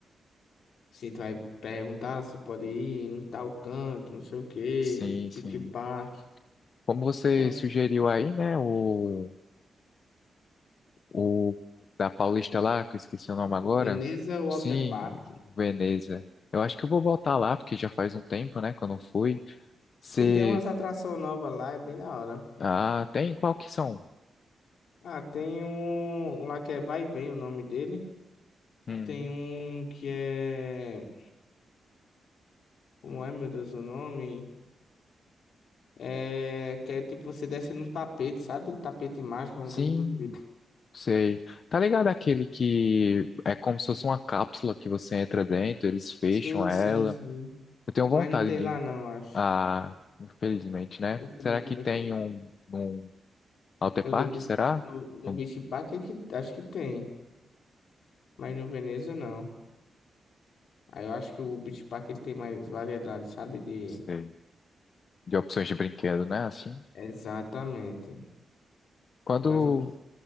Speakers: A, on the left; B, on the left.
A: Sim, tu vai perguntar se pode ir em tal canto, não sei o quê,
B: Sim,
A: Beach
B: sim.
A: Park,
B: Como você
A: é
B: sugeriu aí, né? O, o da Paulista lá, que eu esqueci o nome agora.
A: O Veneza ou
B: Sim,
A: Alter Park.
B: Veneza. Eu acho que eu vou voltar lá, porque já faz um tempo, né, que eu não fui. Você.
A: Sim, tem umas atrações novas lá, é bem da hora.
B: Ah, tem qual que são?
A: Ah, tem um, um lá que é Vai e Vem o nome dele.
B: Hum,
A: Tem um que é. Como é, meu Deus, o nome? É. Que é tipo você desce num tapete, sabe? Tapete mágico, uma
B: sim,
A: coisa do tipo.
B: sei. Tá ligado aquele que é como se fosse uma cápsula que você entra dentro, eles fecham
A: Sim,
B: ela.
A: sim, sim.
B: Eu tenho
A: Mas
B: vontade
A: não tem
B: de.
A: lá não, acho.
B: Ah, infelizmente, né?
A: Infelizmente.
B: Será que tem
A: né?
B: um. um Alter
A: No,
B: Park,
A: do, Be-
B: será?
A: no, no
B: Não
A: Beach Park é que, acho que tem. Mas no Veneza não. Aí eu acho que o Beach Park ele tem mais variedade, sabe? De...
B: sei. De opções de brinquedo, né? Assim.
A: Exatamente.
B: Quando,
A: Tem mais opções.